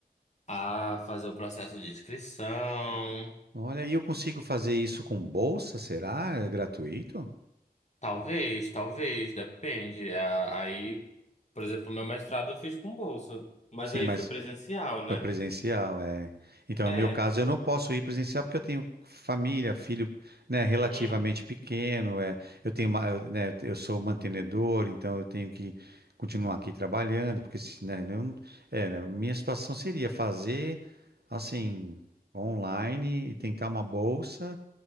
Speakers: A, on the left; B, on the right.
A: a fazer o processo de inscrição.
B: Olha, e eu consigo fazer isso com bolsa, será? É gratuito?
A: Talvez, talvez, depende. A- Aí, por exemplo, meu mestrado eu fiz com bolsa, mas
B: Sim,
A: aí
B: mas
A: foi presencial, né?
B: Foi presencial, é. Então,
A: É,
B: no meu caso, eu
A: o-
B: não posso ir presencial porque eu tenho família, filho, né, relativamente
A: uhum,
B: pequeno, é. Eu tenho, uma- eu, né, eu sou mantenedor, então eu tenho que continuar aqui trabalhando, porque se, né, eu não- é, né, minha situação seria fazer assim online e tentar uma bolsa